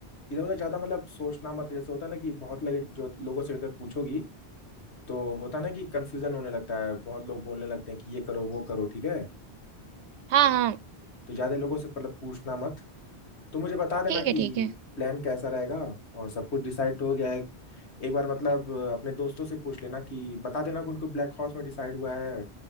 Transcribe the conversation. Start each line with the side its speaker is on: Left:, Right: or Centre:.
Left: इधर उधर ज्यादा मतलब सोचना मत जैसे होता है ना कि बहुत लगे जो लोगों से अगर पूछोगी तो होता है ना कि कंफ्यूजन होने लगता है बहुत लोग बोलने लगते हैं कि ये करो वो करो ठीक है
Right: हाँ हाँ
Left: तो ज्यादा लोगों से मतलब पूछना मत तो मुझे बता देना
Right: ठीक
Left: कि
Right: है ठीक है
Left: प्लान कैसा रहेगा और सब कुछ डिसाइड हो गया है एक बार मतलब अपने दोस्तों से पूछ लेना कि बता देना कि उनको ब्लैक हॉर्स में डिसाइड हुआ है